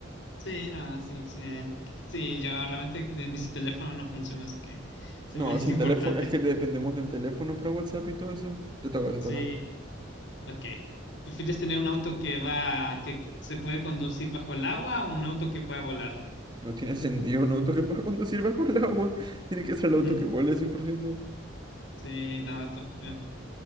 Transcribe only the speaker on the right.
No,
sin
teléfono, es que dependemos del teléfono para WhatsApp y todo eso. Te toca, te
toca.
No tiene sentido un auto que pueda conducir bajo el agua. <laughs> Tiene que ser el
auto que vuele 100%.